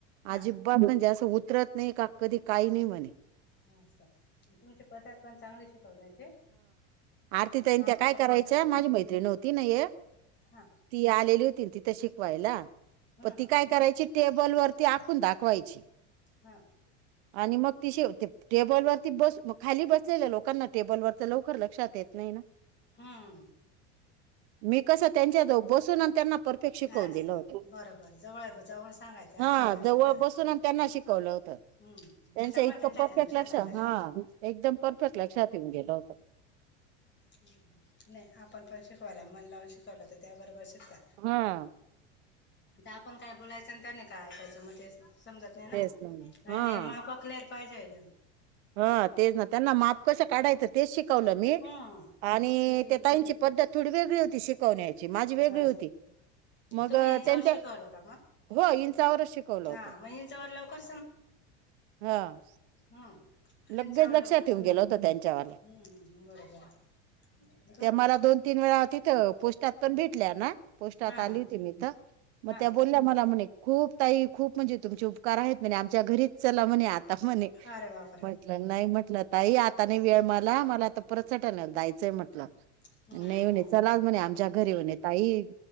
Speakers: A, on the left; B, on the right.
A: हा
B: अजिबात म्हणजे आस उतरत नाही, का काय नाही म्हणे.
A: हा असं तुमची पध्दत पण चांगली शिकवण्याची.
B: आणि
A: मापा
B: त्या काय
A: पण
B: करायच्या
A: तुमच्या
B: माझी मैत्रिण होती ना एक.
A: हा.
B: ती आलेली होती ना तिथं शिकवायला.
A: हा
B: तर ती
A: हा
B: करायची टेबल वरती आखुन दाखवायची.
A: हा.
B: आणि मग ति शेव टेबलवरती बस खाली बसलेल्या लोकांना टेबलवरच लवकर लक्षात येत नाही ना.
A: हम्म
B: मी कसं त्यांच्या जवळ बसून आणि त्यांना. परफेक्ट शिकवून
A: असं
B: दिलं होतं.
A: बरोबर जवळ जवळ सांगायचं
B: हा
A: असं नाही असं
B: जवळ
A: करा
B: बसून त्यांना शिकवलं होतं. त्यांच्या
A: हम्म त्याच्यामुळे
B: इतकं
A: त्यांच्या
B: परफेक्ट
A: ते
B: लक्षात,
A: आलं ना
B: हा एकदम परफेक्ट लक्षात येऊन गेलं होतं.
A: नाही आपण पण शिकवायला मन लावून शिकवला, तर त्या पण बरोबर शिकता.
B: हा.
A: आपण काय बोलायचं, आणि त्यांनी काय ऐकायचं ते समजत नाही
B: तेच
A: ना, आणि
B: हा
A: मापं क्लेर. पाहिजे एकदम.
B: हा तेच ना त्यांना माप कसं काढायचं तेच शिकवलं मी,
A: हम्म
B: आणि
A: किती इंच
B: ते ताईंची
A: आहे
B: पद्धत थोडी वेगळी होती. शिक कवण्याची माझी वेगळी
A: हा
B: होती. मग
A: तुम्ही इंचावर
B: त्यांच्या
A: शिकवलं का मग
B: हो इंचावरच शिकवलं
A: हा
B: होतं
A: मग इंचावर लवकर
B: हा.
A: हं
B: लगेच
A: इंचावर
B: लक्षात
A: लवकर
B: येऊन
A: समजत.
B: गेलं होतं त्यांच्यावाल्या
A: हं हं बरोबर. आहे
B: मला दोन तीन वेळा तिथं पोस्टात पण भेटल्या ना पोस्टात
A: हा
B: आली
A: हा
B: होती, मी इथं मग
A: हा
B: त्या बोलल्या मला म्हणे खूप ताई खूप म्हणजे तुमचे उपकार आहेत. म्हणे आमच्या घरीच चला म्हणे आता म्हणे.
A: अरे बापरे
B: म्हटलं नाही म्हटलं ताई, आता नाही वेळ मला मला आता परत सटाण्याला जायचंय म्हटलं.
A: हम्म
B: नाही म्हणे. चलाच म्हणे, आमच्या घरी म्हणे ताई